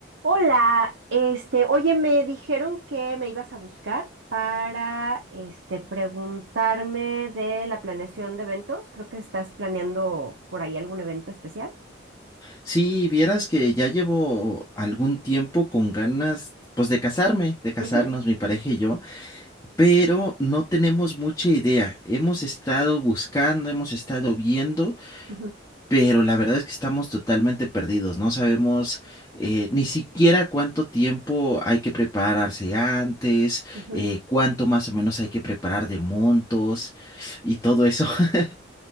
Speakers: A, on the right; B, on the left.
A: Hola, este, oye, me dijeron que me ibas a buscar para, este, preguntarme de la planeación de eventos. Creo que estás planeando por ahí algún evento especial.
B: Sí, vieras que ya llevo algún tiempo con ganas, pues de casarme, de casarnos
A: Ujú,
B: mi pareja y yo, pero no tenemos mucha idea. Hemos estado buscando, hemos estado viendo,
A: ujú,
B: pero la verdad es que estamos totalmente perdidos. No sabemos eh, ni siquiera cuánto tiempo hay que prepararse antes,
A: ujú.
B: eh, cuánto más o menos hay que preparar de montos y todo eso. <laughs>